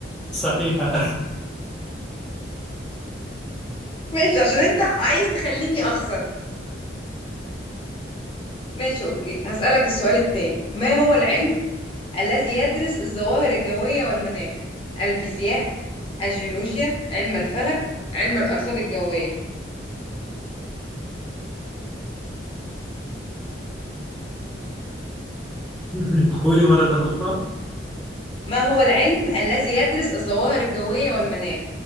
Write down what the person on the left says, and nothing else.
ماشي عشان انت عايز تخليني اخسر ماشي اوكي هسألك السؤال التاني ما هو العلم الذي يدرس الظواهر الجوية والمناخ الفيزياء الجيولوجيا علم الفلك علم الأرصاد الجوية
ما هو العلم الذي يدرس الظواهر الجوية والمناخ